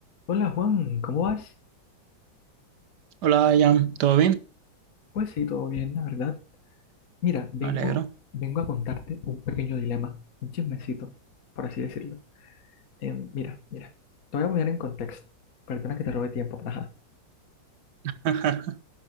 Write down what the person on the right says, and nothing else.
Hola, Jan, ¿todo bien?
Me alegro.
<laughs>